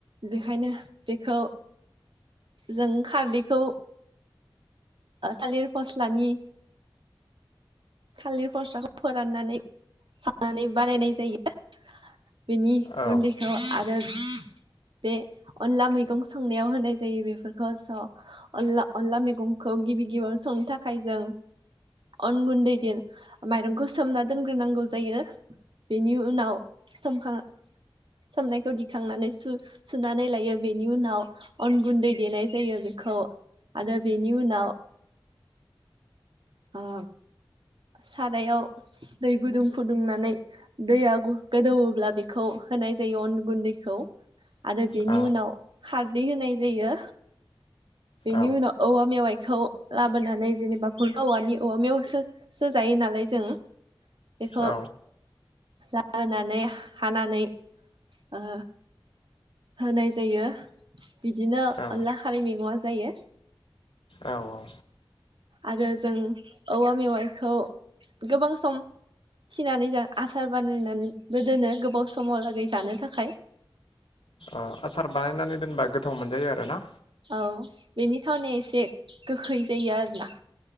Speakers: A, on the right (about 70°); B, on the left (about 85°).
A: बेखायनो बेखौ जों खारदैखौ ओ थालिर फस्लानि थालिर फस्लाखौ फोराननानै सावनानै बानायनाय जायो बेनि
B: औ
A: गुन्दैखौ आरो बे अनला मैगं संनायाव होनाय जायो बेफोरखौ स' अनला अनला मैगंखौ गिबि गिबियावनो संनो थाखाय जों अन गुन्दै देनो माइरंखौ सोमना दोनग्रोनांगौ जायो बिनि उनाव सोमखां सोमनायखौ दिखांनानै सु-सुनानै लायो बेनि उनाव अन गुन्दै देनाय जायो बेखौ आरो बेनि उनाव ओ सारायाव दै गुदुं फुदुंनानै दैया गो गोदौयोब्ला बेखौ होनाय जायो अन गुन्दैखौ आरो बेनि
B: औ
A: उनाव खारदै होनाय जायो बेनि
B: औ
A: उनाव औवा मेवाइखौ लाबोनानै जेनेबा फुलखा औवानि औवा मेवयखो सो जायो नालाय जों बेखौ
B: औ
A: ला होनानै हानानै ओ होनाय जायो बिदिनो
B: औ
A: अनला खारै मैगङा जायो
B: औ औ
A: आरो जों औवा मेवाइखौ गोबां सम थिनानै जा आसार बानायनानैबो दोनो गोबाव समाव लागै जानो थाखाय
B: आं आसार बानायनानै दोनबा गोथाव मोनजायो आरोना
A: औ बेनि थावनाया एसे गोखै जायो आरोना